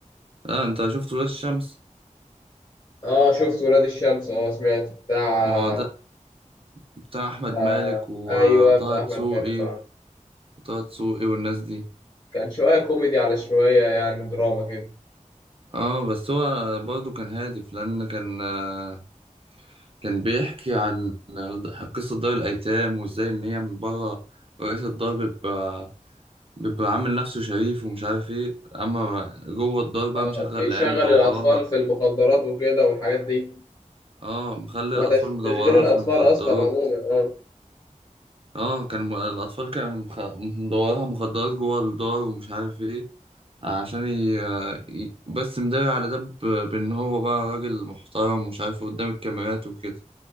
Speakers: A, on the right; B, on the left.
A: آه أنت شفت ولاد الشمس
B: اه شفت ولاد الشمس اه سمعت بتاع
A: ما هو ده
B: آه
A: بتاع أحمد
B: آه،
A: مالك وطه
B: ايوه بتاع
A: دسوقي
B: احمد مالك اه
A: وطه دسوقي والناس دي
B: كان شوية كوميدي على شوية يعني دراما كده
A: اه بس هو برضه كان هادف لان كان آه، كان بيحكي عن آه، قصة دار الايتام وازاي ان هي من بره رئيس الدار بيبقى بيبقى عامل نفسه شريف ومش عارف ايه اما جوه الدار بقى
B: اه
A: مشغل
B: بيشغل
A: العيال مدورها
B: الأطفال في المخدرات وكده والحاجات دي
A: اه مخلي
B: هو
A: الاطفال
B: تش-
A: مدورها
B: تشغيل الأطفال
A: في المخدرات
B: أصلا عموما اه
A: اه كان م- الاطفال كانوا مخ... مدورها مخدرات جوه الدار ومش عارف ايه عشان ي... ي- بس مداري على ده ب- بان هو بقى راجل محترم ومش عارف إيه قدام الكاميرات وكده